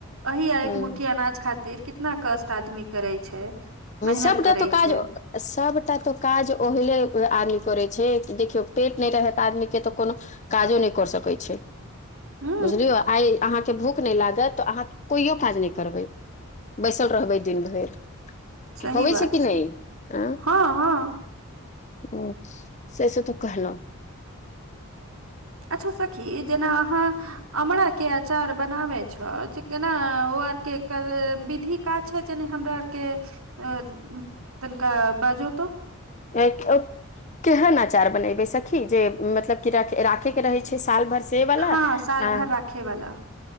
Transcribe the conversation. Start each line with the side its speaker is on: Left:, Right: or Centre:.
Right: अही एक
Left: ह
Right: मुठ्ठी अनाज खातिर कितना कष्ट आदमी करे छै। मेहनत
Left: सबटा
Right: करै
Left: तऽ काज।
Right: छै
Left: सभटा तऽ काज ओहिले आदमी करैत छै देखियौ पेट नहि रहैत आदमीके तऽ कोनो। काजो नहि कर सकैत छै
Right: हू
Left: बुझलियो आइ। अहाँके भूख नहि लागत तऽ अहाँ कोइयो काज नहि करबै बैसल रहबै दिन भरि।
Right: सही
Left: होै
Right: बात
Left: छै कि नहि आ।
Right: हँ हँ
Left: ओ से से तऽ कहल।
Right: अच्छा सखी जेना अहाँ। अमरा के अचार बनाब छ जे केना ओ आरके विधि। का छै जेनि हमरा आरके अ तनिका बजतो।
Left: <unintelligible> केहन अचार बनेबे सखी जे मतलब की र राखे के रहे छै साल भर से। सेवला
Right: हँ साल
Left: आ।
Right: भर राखे वाला